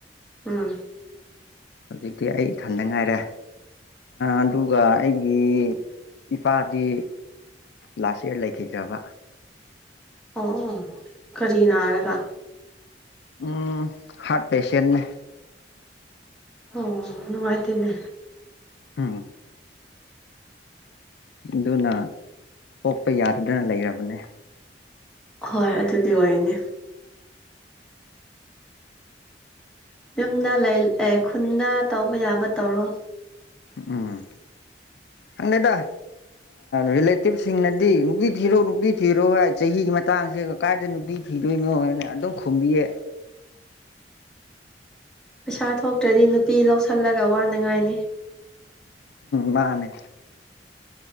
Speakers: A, in the centre; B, on the left.
A: ꯎꯝ
B: ꯍꯧꯖꯤꯛꯇꯤ ꯑꯩ ꯏꯊꯟꯗ ꯉꯥꯏꯔꯦ ꯑꯗꯨꯒ ꯑꯩꯒꯤ ꯏꯄꯥꯗꯤ ꯂꯥꯁ ꯏꯌꯔ ꯂꯩꯈꯤꯗ꯭ꯔꯥꯕ
A: ꯑꯣ ꯀꯔꯤ ꯅꯥꯔꯒ
B: ꯎꯝ ꯍꯥꯔꯠ ꯄꯦꯁꯦꯟꯅꯦ
A: ꯑꯣ ꯅꯨꯡꯉꯥꯏꯇꯦꯅꯦ
B: ꯎꯝ ꯑꯗꯨꯅ ꯄꯣꯛꯄ ꯌꯥꯗꯗꯅ ꯂꯩꯔꯕꯅꯦ
A: ꯍꯣꯏ ꯑꯗꯨꯗꯤ ꯑꯣꯏꯅꯤ ꯌꯨꯝꯗ ꯂꯩ ꯑꯦ ꯈꯨꯟꯗ ꯇꯧꯕ ꯌꯥꯕ ꯇꯧꯔꯣ
B: ꯎꯝ ꯈꯪꯗꯦꯗ ꯔꯤꯂꯦꯇꯤꯚꯁꯤꯡꯅꯗꯤ ꯅꯨꯄꯤ ꯊꯤꯔꯣ ꯅꯨꯄꯤ ꯊꯤꯔꯣ ꯍꯥꯏ ꯆꯍꯤꯒꯤ ꯃꯇꯥꯡꯁꯦ ꯀ ꯀꯥꯏꯗ ꯅꯨꯄꯤ ꯊꯤꯗꯣꯏꯅꯣ ꯍꯥꯏꯅ ꯑꯗꯨꯝ ꯈꯨꯝꯕꯤꯌꯦ
A: ꯄꯩꯁꯥ ꯊꯣꯛꯇ꯭ꯔꯗꯤ ꯅꯨꯄꯤ ꯂꯧꯁꯤꯜꯂꯒ ꯋꯥꯅꯉꯥꯏꯅꯤ
B: ꯃꯥꯅꯦ